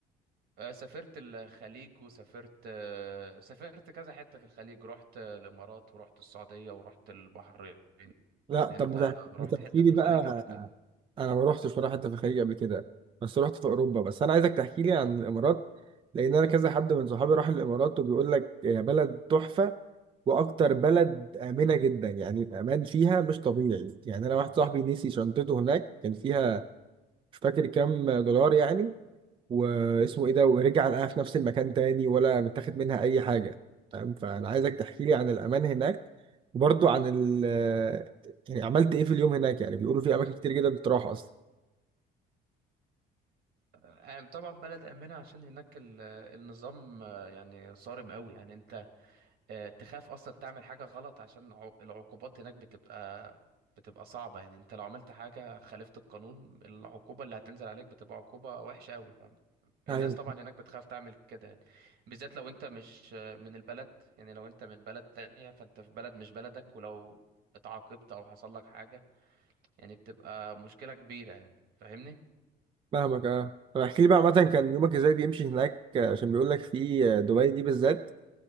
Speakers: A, on the right (about 70°); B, on the right (about 30°).
A: آه، سافرت الخليج وسافرت آه، سافرت كذا حتة في الخليج رحت آه، الإمارات ورحت السعودية ورحت البحرين
B: لا
A: انت
B: طب
A: رحت
B: ما تحكي
A: حتة
B: لي
A: في الخليج
B: بقى
A: قبل كده
B: انا ما روحتش ولا حته في الخليج قبل كده بس روحت في اوروبا بس انا عايزك تحكي لي عن الامارات لان انا كذا حد من صحابي راح الامارات وبيقول لك يا بلد تحفه واكتر بلد امنه جدا يعني الامان فيها مش طبيعي يعني انا واحد صاحبي نسي شنطته هناك كان فيها مش فاكر كام دولار يعني واسمه ايه ده ورجع لقاها في نفس المكان تاني ولا متاخد منها اي حاجه فاهم فانا عايزك تحكي لي عن الامان هناك وبرضه عن ال يعني عملت ايه في اليوم هناك يعني بيقولوا في اماكن كتير جدا بتروح اصلا
A: آه، طبعا بلد آمنة عشان هناك ال- النظام آه، يعني صارم قوي يعني انت آه، تخاف اصلا تعمل حاجه غلط عشان عو- العقوبات هناك بتبقى بتبقى صعبه يعني انت لو عملت حاجه خالفت القانون العقوبه اللي هتنزل عليك بتبقى عقوبه وحشه قوي فالناس
B: ايوه
A: طبعا هناك بتخاف تعمل كده يعني بالذات لو انت مش آه، من البلد يعني لو انت من بلد تانية فانت في بلد مش بلدك ولو اتعاقبت او حصل لك حاجه يعني بتبقى مشكله كبيره يعني فاهمني
B: فاهمك اه طب احكي لي بقى عامة كان يومك ازاي بيمشي هناك آه، عشان بيقول لك في آه، دبي دي بالذات